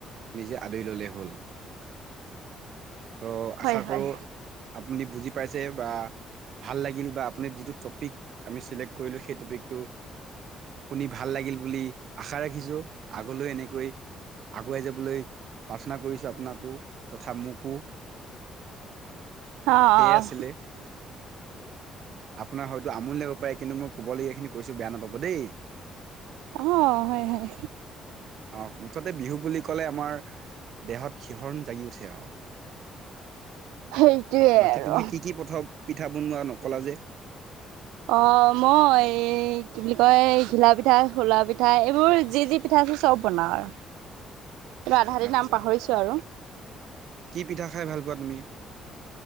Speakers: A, on the right; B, on the right.
A: নিজে আদৰি ললে হল। অ, ত' আশা
B: হয়,
A: কৰো
B: হয়,
A: আপুনি বুজি পাইছে বা ভাল লাগিল বা আপুনি যিটো টপিক আমি চিলেক্ট কৰিলো। সেই টপিকটো শুনি ভাল লাগিল বুলি আশা ৰাখিছো। আগলৈ এনেকৈ আগুৱাই যাবলৈ প্ৰাৰ্থনা কৰিছোঁ আপোনাকো। তথা মোকো
B: অ-
A: সেয়ে
B: অ।
A: আছিলে আপোনাৰ হয়তো আমনি লাগিব পাৰে। কিন্তু মোৰ কবলগীয়াখিনি কৈছো বেয়া নাপাব দেই।
B: অঁ, হয়- হয়।
A: অ, মুঠতে বিহু বুলি কলে আমাৰ দেহত শিহৰণ জাগি উঠে আৰু।
B: সেইটোৱে
A: বাকী
B: আৰু।
A: তুমি কি কি প্ৰথ পিঠা বনোৱা নকলা যে?
B: অ মই এই কি বুলি কয়, ঘিলা পিঠা, খলা পিঠা, এইবোৰ যি যি পিঠা আছে চব বনাওঁ আৰু।
A: <inaudible>
B: আধা আধি
A: আচ্ছা
B: নাম পাহৰিছো আৰু।
A: কি পিঠা খাই ভাল পোৱা তুমি?